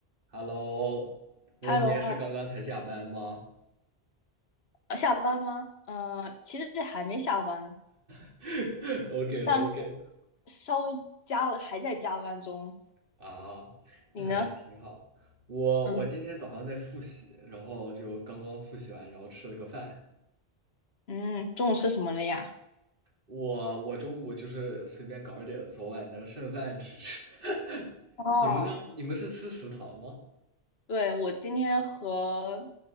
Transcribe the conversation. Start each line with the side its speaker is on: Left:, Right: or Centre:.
Right: Hello，那你也是刚刚才下班吗
Left: h 喽，哈呃下班吗？嗯，其实还没下班，
Right: <laughs>？OK
Left: 但是
Right: OK，
Left: 稍微加了，还在加班中。
Right: 啊，
Left: 你呢？
Right: 那还挺好。我我今天早上在复习，
Left: 嗯哼
Right: 然后就刚刚复习完，然后吃了个饭。
Left: 嗯，中午吃什么了呀？
Right: 我我中午就是随便搞了点昨晚的剩饭吃吃。<laughs>
Left: 哦，
Right: 你们呢？你们是吃食堂吗？
Left: 对，我今天和，